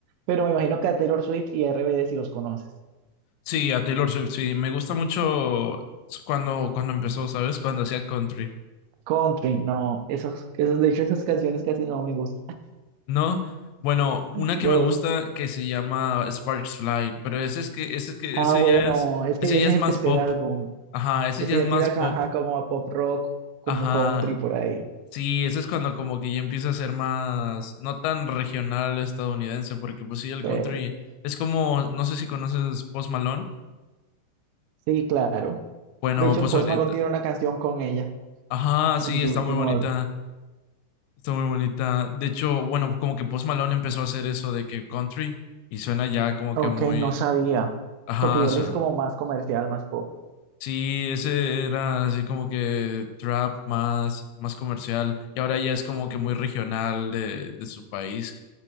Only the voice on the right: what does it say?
Pero me imagino que a Taylor Swift y a RBD si los conoces.
Country, no, esos, esos, de hecho esas canciones casi no me gustan. <laughs>
No.
Ah,
bueno,
es
que ese es
el
tercer
álbum.
Ese
ya
tira ajá,
como a pop rock, como
country por ahí.
Eh,
sí, claro.
De hecho,
Post
Malone tiene una canción con ella
en su
último
álbum.
Ok,
no sabía,
porque ya
él es como más comercial, más pop.